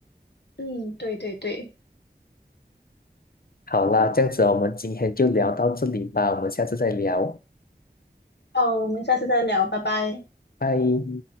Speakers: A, on the left; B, on the left.
A: 嗯对对对。
B: 好啦，这样子我们今天就聊到这里吧，我们下次再聊，
A: 哦，我们下次再聊，拜拜。
B: 拜。